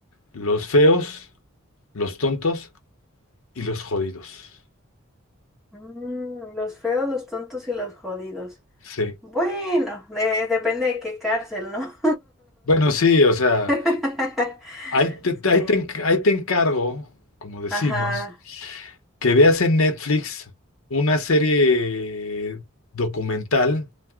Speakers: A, on the left; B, in the centre.
A: los feos, los tontos y los jodidos.
B: Mm, los feos, los tontos y los jodidos.
A: Sí.
B: Bueno, de- depende de qué cárcel, ¿no?
A: Bueno, sí, o sea,
B: <laughs>
A: ahí te,
B: Sí.
A: ahí te enc- ahí te encargo, como decimos.
B: Ajá.
A: que veas en Netflix una serie documental